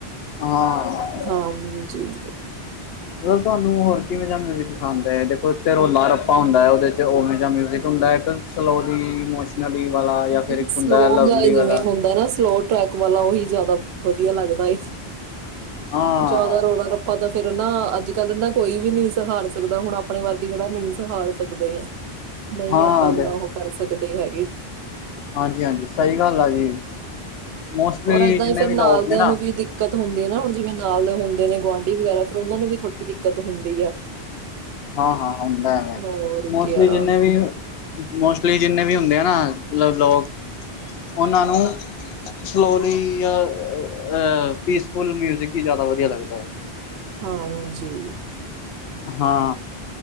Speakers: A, on the left; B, on the right.
A: ਹਾਂ
B: ਹਾਂਜੀ।
A: ਤੁਹਾਨੂੰ ਹੋਰ ਕਿਵੇ ਮਿਜਿਕ ਪਸੰਦ ਹੈ ਦੇਖੋ ਇੱਕ ਰੋਲਾ ਰੱਪਾ ਹੁੰਦਾ ਹੈ। ਉਵੇਂ ਦਾ ਮਿਜਿਕ ਹੁੰਦਾ ਇੱਕ ਸਲੋਲੀ। ਨ ਵੀ ਵਾਲਾ ਜਾਂ
B: ਨਹੀਂ
A: ਫਿਰ ਇੱਕ
B: ਸਲੋ
A: ਹੁੰਦਾ ਲਵਲੀ
B: ਜਿਹਾ
A: ਵਾਲਾ
B: ਜਿਵੇਂ ਹੁੰਦਾ ਨਾ ਸਲੋ ਟਾਈਪ ਵਾਲਾ ਉਹੀ ਜਿਆਦਾ ਵਧੀਆ ਲੱਗਦਾ
A: ਹਾਂ
B: ਜਿਆਦਾ ਰੋਲਾ ਰ ਆਪਾਂ ਤਾਂ ਫੇਰ ਨਾ ਅੱਜ ਕੱਲ ਨਾ ਕੋਈ ਵੀ ਨਹੀਂ ਸਹਾਰ ਸਕਦਾ ਹੁਣ ਆਪਣੇ ਵਰਗੇ ਜਿਹੜਾ ਵੀ ਸਹਾਰ ਸਕਦਾ ਏ। ਨਹੀਂ
A: ਹਾਂ
B: ਆਪਾਂ ਇੰਨਾ ਉਹ ਕਰ ਸਕਦੇ ਹੈਗੇ।
A: ਹਾਂਜੀ ਹਾਂਜੀ ਸਹੀ ਗੱਲ ਆ ਜੀ। ਮੋਸਟਲੀ
B: ਔਰ ਏਦਾਂ
A: ਜਿੰਨੇ
B: ਹੀ ਫੇਰ
A: ਵੀ
B: ਨਾਲਦਿਆਂ
A: ਲੋਕ ਨੇ ਨਾ
B: ਨੂੰ ਵੀ ਦਿ ਦਿੱਕਤ ਹੁੰਦੀ ਹੈ ਨਾ ਹੁਣ ਜਿਵੇਂ ਨਾਲ ਦੇ ਹੁੰਦੇ ਨੇ ਗੁਆਂਢੀ ਵਗੈਰਾ ਫਿਰ ਉਹਨਾ ਨੂੰ ਵੀ ਥੋੜੀ ਦਿੱਕਤ ਹੁੰਦੀ ਹੈ।
A: ਹਾਂ ਹਾਂ ਹੁੰਦਾ ਐਵੇਂ
B: ਹੋਰ
A: ਮੋਸਟਲੀ
B: ਕਿਆ
A: ਜਿੰਨੇ ਵੀ ਮੋਸਟਲੀ ਜਿੰਨੇ ਵੀ ਹੁੰਦੇ ਆ ਨਾਲ ਲੋਕ ਉਹਨਾਂ ਨੂੰ ਸਲੋਲੀ ਜਾਂ ਅਹ ਪੀਸਫੁਲ ਮਿਊਜਿਕ ਹੀ ਜ਼ਿਆਦਾ ਵਧੀਆ ਲੱਗਦਾ ਹੈ।
B: ਹਾਊ ਜੀ
A: ਹਾਂ